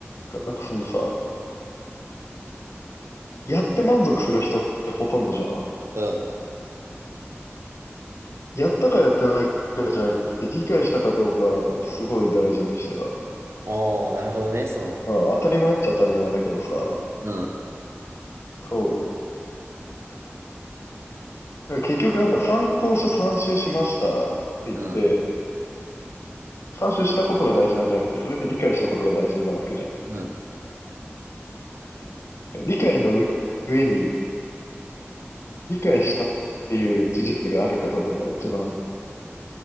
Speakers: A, on the left; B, on the right.
A: か、なんかそのさ、やって満足する人ってほとんどじゃん。
B: うん。
A: やったかやってないかじゃなくて、理解したかどうかをすごい大事にしてた。
B: おー、なるほどね、その。
A: まあ、当たり前っちゃ当たり前だけどさ、
B: うん、
A: そう。だから結局なんか参考書参集しましたって言って、
B: うん、
A: 参集したことが大事なんじゃなくて、それで理解したことが大事なわけじゃん。
B: うん。
A: 理解のう上に理解したっていう事実があるかどうかが一番